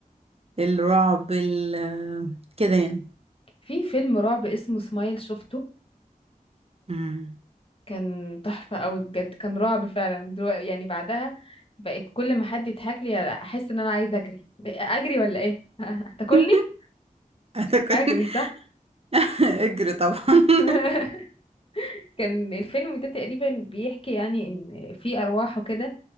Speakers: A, on the right; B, on the left.
A: الرعب ال آه، كده يعني
B: في فيلم رعب اسمه سمايل شفته
A: امم
B: كان تحفة قوي بجد كان رعب فعلا دلوقتي يعني بعدها بقيت كل ما حد يضحك لي احس ان انا عايزة اجري اجري ولا ايه <laughs> هتاكلني
A: <laughs> انا كنت
B: اجري صح
A: <laughs> اجري طبعا
B: <laughs>
A: <laughs>
B: كان الفيلم ده تقريبا بيحكي يعني ان في ارواح وكده